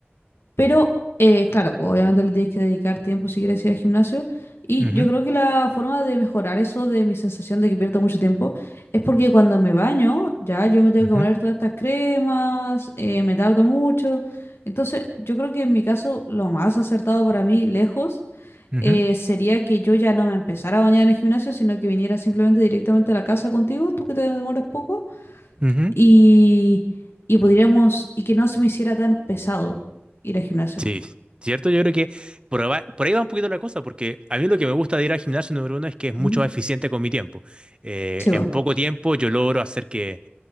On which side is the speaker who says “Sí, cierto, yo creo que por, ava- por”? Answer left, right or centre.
Right